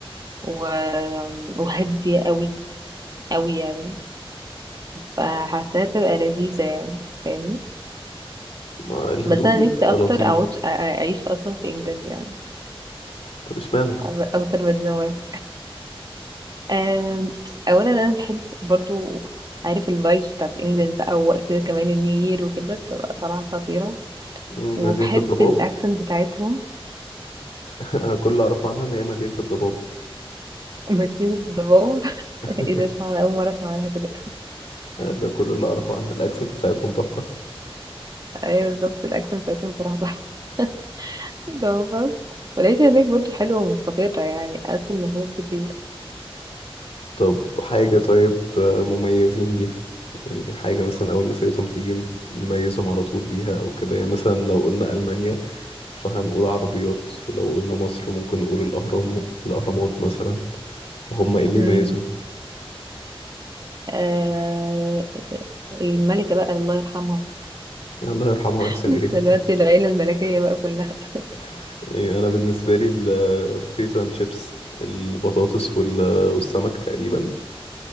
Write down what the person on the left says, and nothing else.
ما الهدوء
بيبقى
لطيف
طب اشمعنى
مم،
مدينة الضباب
<laughs> أنا كل اللي أعرفه عنها إن هي مدينة الضباب
<laughs>
ده كل اللي أعرفه عنها الأكسنت بتاعتهم تحفة
طب حاجة طيب آه، مميزين بيها يعني حاجة مثلا أول ما سيرتهم تيجي نميزهم على طول بيها أو كده يعني مثلا لو قلنا ألمانيا فهنقول عربيات لو قلنا مصر ممكن نقول الأهرام الأهرامات مثلا فهم إيه اللي
يميزهم
الله يرحمها
ويحسن إليها
<laughs> يعني أنا بالنسبة لي البوتيتو أند شيبس البطاطس وال- والسمك تقريبا